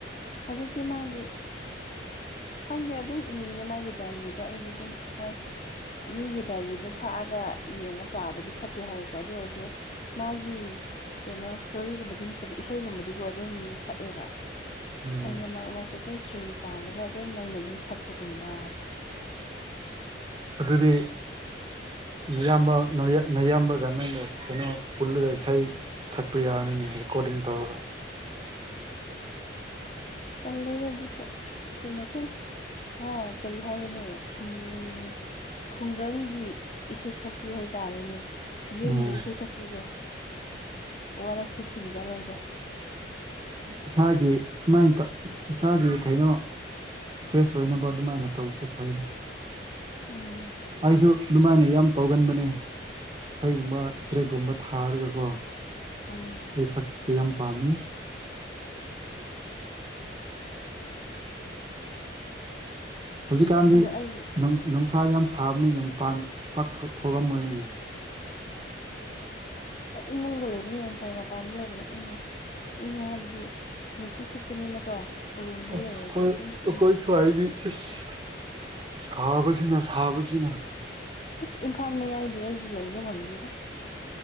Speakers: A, on the left; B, on the right.
A: ꯍꯧꯖꯤꯛꯇꯤ ꯃꯥꯗꯤ ꯈꯪꯗꯦ ꯑꯗꯨꯝ ꯏꯕꯅꯦ ꯃꯥꯒꯤ ꯗꯥꯏꯔꯤꯗ ꯑꯩꯗꯤ ꯑꯗꯨꯝ ꯍꯣꯏ ꯃꯤꯒꯤ ꯗꯥꯏꯔꯤꯗꯨ ꯐꯥꯛꯑꯒ ꯌꯦꯡꯉ ꯄꯥꯕꯗꯤ ꯐꯠꯇꯦ ꯍꯥꯏꯌꯦꯀꯣ ꯑꯗꯨ ꯑꯣꯏꯔꯁꯨ ꯃꯥꯒꯤ ꯀꯩꯅꯣ ꯏꯁꯇꯣꯔꯤꯒꯨꯝꯕꯗꯤ ꯅꯠꯇꯕ ꯏꯁꯩꯒꯨꯝꯕꯗꯤꯀꯣ ꯑꯗꯨꯝ ꯁꯛꯑꯦꯕ
B: ꯎꯝ
A: ꯑꯩꯅ ꯃꯔꯛ-ꯃꯔꯛꯇ ꯑꯗꯨꯝ ꯁꯨꯔ ꯄꯥꯜꯂꯒ ꯑꯗꯨꯝ ꯑꯩꯅ ꯑꯗꯨꯝ ꯁꯛꯄꯒꯨꯝꯕ
B: ꯑꯗꯨꯗꯤ ꯅꯌꯥꯝꯕ ꯅꯌꯥꯝꯕꯒ ꯅꯪꯅ ꯀꯩꯅꯣ ꯄꯨꯜꯂꯒ ꯏꯁꯩ ꯁꯛꯄ ꯌꯥꯔꯅꯤꯅꯦ ꯔꯦꯀꯣꯔꯗꯤꯡ ꯇꯧꯔꯒ
A: ꯇꯜꯂꯦꯗ ꯑꯗꯨꯁꯨ ꯆꯨꯝꯅꯁꯨꯝ ꯍꯥ ꯀꯔꯤ ꯍꯥꯏꯒꯅꯤ ꯈꯨꯝ ꯃꯨ ꯈꯨꯡꯒꯪꯒꯤ ꯏꯁꯩ ꯁꯛꯄꯤ ꯍꯥꯏꯇꯥꯔꯦꯅꯦ ꯌꯨꯝꯗ
B: ꯎꯝ
A: ꯏꯁꯩ ꯁꯛꯄꯤꯗꯣ ꯋꯥꯔꯛꯀꯤ ꯁꯤꯡꯒꯔ ꯍꯥꯏꯗꯣ
B: ꯏꯁꯥꯒꯤ ꯁꯨꯃꯥꯏꯅ ꯇꯧ ꯏꯁꯥꯒꯤ ꯀꯩꯅꯣ ꯐ꯭ꯔꯦꯁ ꯑꯣꯏꯅꯕ ꯑꯗꯨꯃꯥꯏꯅ ꯇꯧꯕꯁꯨ ꯐꯩꯗ
A: ꯎꯪ
B: ꯑꯩꯖꯨ ꯑꯗꯨꯃꯥꯏꯅ ꯌꯥꯝ ꯇꯧꯒꯟꯕꯅꯦ ꯏꯁꯩꯒꯨꯝꯕ ꯇ꯭ꯔꯦꯛꯀꯨꯝꯕ ꯊꯥꯔꯒꯀꯣ
A: ꯑꯣꯑꯣ
B: ꯑꯗꯣ ꯁꯛꯄꯁꯦ ꯌꯥꯝ ꯄꯥꯝꯃꯤ ꯍꯨꯖꯤꯛꯀꯥꯟꯗꯤ
A: ꯑꯗ ꯑꯩꯒꯤ
B: ꯅꯨꯡ ꯅꯨꯡꯁꯥ ꯌꯥꯝ ꯁꯥꯕꯅꯤꯅ ꯃꯄꯥꯟ ꯄꯥꯛ ꯊꯣꯛ ꯊꯣꯛꯑꯝꯃꯔꯣꯏꯅꯦ
A: ꯏꯃꯨꯡꯗ ꯂꯩꯕꯅ ꯍꯦꯟ ꯁꯥꯏ ꯃꯄꯥꯟꯗ ꯂꯩꯕꯅ ꯏꯪꯉꯦ ꯏꯪꯉꯦ ꯍꯥꯏꯕꯗꯤ ꯅꯨꯡꯁꯤꯠ ꯁꯤꯠꯄꯅꯤꯅꯀꯣ ꯎꯔꯨꯝꯗ
B: ꯑꯁ
A: ꯂꯩꯔꯗꯤ
B: ꯑꯩꯈꯣꯏ
A: ꯑꯗꯨꯝ
B: ꯑꯩꯈꯣꯏ
A: ꯏꯪꯉꯤ
B: ꯁ꯭ꯋꯥꯏꯗꯤ ꯏꯁ ꯁꯥꯕꯖꯤꯅ ꯁꯥꯕꯖꯤꯅ
A: ꯑꯥꯁ ꯏꯝꯐꯥꯜ ꯃꯌꯥꯏꯗꯤ ꯑꯩꯗꯤ ꯂꯩꯕ ꯉꯝꯗꯦꯗ